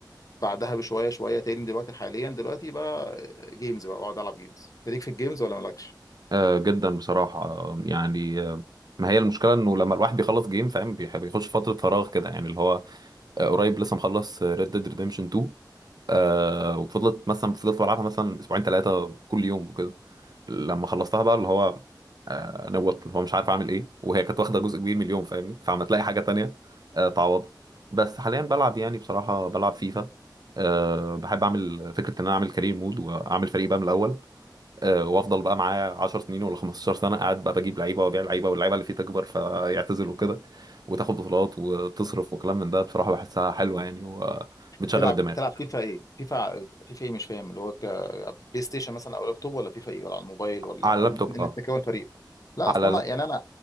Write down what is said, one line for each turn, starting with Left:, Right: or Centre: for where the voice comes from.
Left: بعدها بشوية شوية تاني دلوقتي حاليا دلوقتي بقى جيمز بقى بقعد ألعب جيمز أنت ليك في الجيمز ولا مالكش؟
Right: آه، جدا بصراحه آه، يعني آه، ما هي المشكله انه لما الواحد بيخلص جيم فاهم بيح- بيخش فتره فراغ كده يعني اللي هو آه، قريب لسه مخلص ريد ديد ريديمشن 2 آه وفضلت مثلا فضلت بلعبها مثلا اسبوعين ثلاثه كل يوم وكده لما خلصتها بقى اللي هو آه نوت اللي هو مش عارف اعمل ايه وهي كانت واخده جزء كبير من اليوم فاهمني فعم تلاقي حاجه تانية آه تعوضها بس حاليا بلعب يعني بصراحه بلعب فيفا أه بحب اعمل فكره ان انا اعمل كارير مود واعمل فريق بقى من الاول أه وافضل بقى معايا 10 سنين ولا 15 سنه قاعد بقى بجيب لعيبه وابيع لعيبه واللعيبه اللي فيه تكبر فيعتزل وكده وتاخد بطولات وتصرف وكلام من ده بصراحه بحسها حلوه يعني وبتشغل
Left: تلعب
Right: الدماغ
Left: تلعب فيفا ايه فيفا فيفا ايه مش فاهم اللي هو كبلاي ستيشن مثلا او لابتوب ولا فيفا ايه ولا على الموبايل ولا
Right: على اللابتوب
Left: انك إنك
Right: اه
Left: تكون فريق لا
Right: على
Left: اصلا
Right: اللابتوب
Left: لا يعني انا